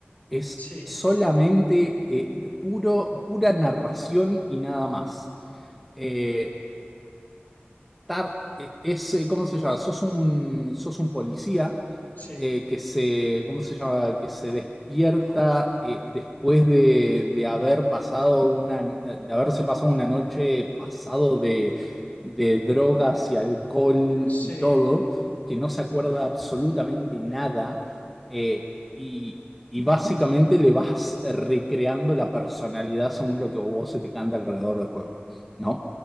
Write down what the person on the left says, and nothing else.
Sí,
sí,
sí,